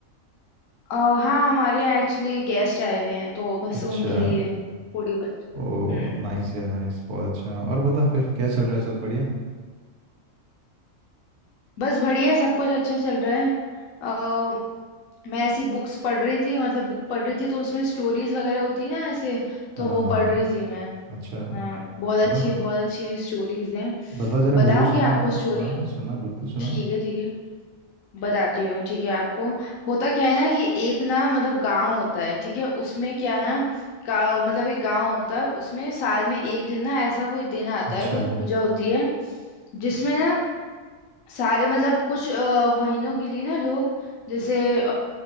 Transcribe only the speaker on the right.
अच्छा
ओ
नाइस यार नाइस बहुत अच्छा और बता फिर क्या चल रहा है सब बढ़िया
हाँ
अच्छा
बता
बता जरा
मुझे भी सुना
फिर
हाँ सुना बिल्कुल सुना
अच्छा